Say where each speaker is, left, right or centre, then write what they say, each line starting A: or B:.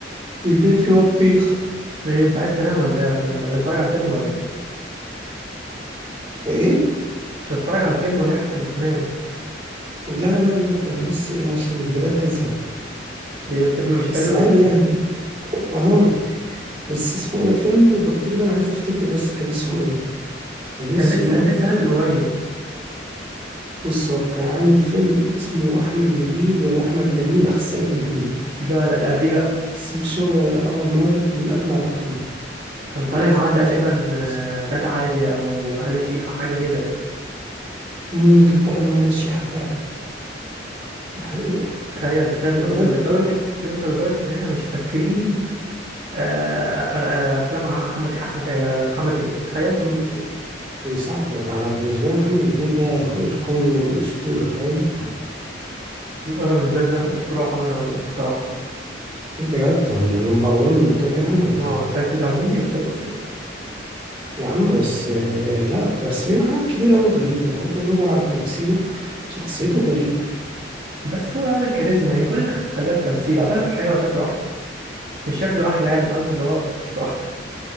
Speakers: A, on the right; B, on the right.
A: بيبيع فيه بطيخ
B: إيه انت عايز تنام ولا ايه انت مش هتتفرج على الفيلم ولا ايه
A: إيه؟
B: مش هتتفرج على الفيلم ولا ايه حاسك بتنام
A: لا لا لا ده أنا بس إيه عشان بدأت أزهق
B: ايه الفيلم مش
A: بس
B: حلو
A: عادي
B: ولا ايه
A: يعني آه بس اسمه إيه ده فيلم البطيخ ده أنا عايز أفتكر بس كان اسمه إيه كان اسمه
B: كان لسه لسه نازل قريب
A: بص هو كان عامل فيلم اسمه أحمد نبيل ولا أحمد جميل أخصائي
B: مم.
A: تجميل
B: لا لا اللي قبليه بقى
A: بس مش هو ده اه ما هو اللي كان اللي قبله على طول
B: كان
A: عمال
B: طالع
A: أحاول
B: معاه تقريبا
A: أفتكر كان
B: آه،
A: اسمه
B: غادة عادل او هالة شيحة حاجة كده
A: مم، كان طالع معاه لشيحة فعلا دي حقيقة
B: تخيل تخيل
A: وبرده
B: نوصل لدرجة نوصل لدرجة ان احنا مش فاكرين آه، آه، آه، افلام احمد احمد آه، محمد هنيدي تخيل
A: محمد هنيدي دي صعبة بقى. أنا بالنسبة لي محمد هنيدي ده هو القدوة والأسطورة فاهم
B: انا بالنسبة لي صراحة الاسطورة محمد رمضان بصراحة
A: بجد ولا نمبر ون وكده يعني ولا
B: اه
A: إيه
B: مش عايز تزعل مني بس هو الاسطوره
A: يا عم بس آه، لا بس في حاجات كتير أوي غريبة بغض النظر عن تمثيله شخصيته غريبة
B: بس هو عامل كاريزما يعني كل ده خ- خلي بالك تمثيل اعتقد في الحقيقه هو شكله احلى مش شكله احلى يعني قصدي اللي هو شخصيته احلى